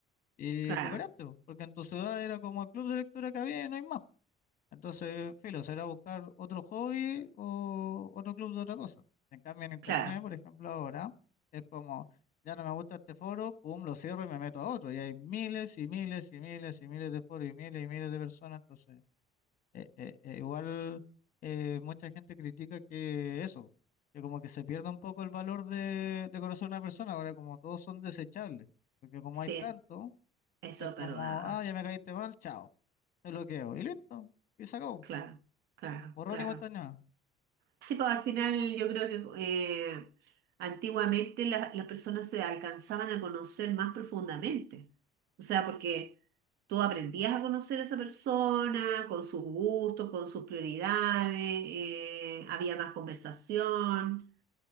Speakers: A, on the left; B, on the right.
A: Y
B: Claro,
A: cooperaste, pues, porque en tu ciudad era como el club de lectura que había y no hay más. Entonces, filo, será buscar otro hobby o otro club de otra cosa. En cambio, en internet,
B: claro,
A: por ejemplo, ahora es como, ya no me gusta este foro, pum, lo cierro y me meto a otro. Y hay miles y miles y miles y miles de foros y miles y miles de personas. Entonces, eh, eh, eh, igual eh, mucha gente critica que eso, que como que se pierde un poco el valor de, de conocer a una persona. Ahora, como todos son desechables, porque como
B: sí,
A: hay tanto,
B: eso
A: es
B: es verdad,
A: como, ah, ya me caíste mal, chao, te bloqueo y listo, y se acabó.
B: claro, claro,
A: Borrón
B: claro.
A: y cuenta nueva,
B: Sí, pues al final yo creo que eh, antiguamente la- las personas se alcanzaban a conocer más profundamente. O sea, porque tú aprendías a conocer a esa persona con sus gustos, con sus prioridades, eh, había más conversación.